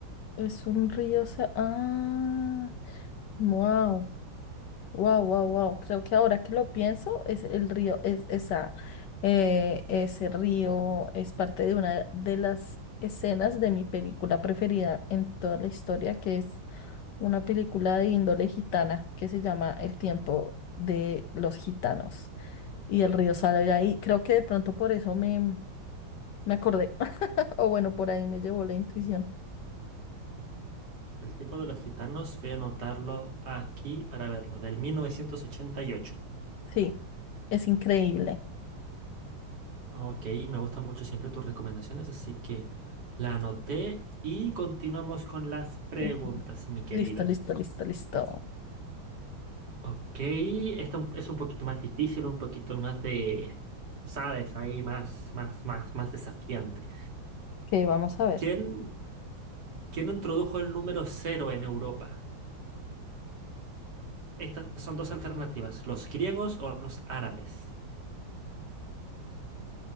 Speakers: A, on the left; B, on the right.
A: Es un río, se- ah, wow. Wow, wow, wow. Creo que ahora que lo pienso, es el río, es esa, eh, ese río es parte de una de las escenas de mi película preferida en toda la historia, que es una película de índole gitana que se llama El tiempo de los gitanos. Y el río sale de ahí. Creo que de pronto por eso me, me acordé. <laughs> O bueno, por ahí me llevó la intuición.
B: El tiempo de los gitanos, voy a anotarlo aquí para verlo, del 1988.
A: Sí, es increíble.
B: Ok, me gustan mucho siempre tus recomendaciones, así que la anoté y continuamos con las preguntas,
A: Qué bu-
B: mi querida.
A: Listo, listo, listo, listo.
B: Ok, esta un- es un poquito más difícil, un poquito más de, sabes, ahí más, más, más, más desafiante.
A: Ok, vamos a ver.
B: ¿Quién, quién introdujo el número cero en Europa? Estas son dos alternativas, los griegos o los árabes.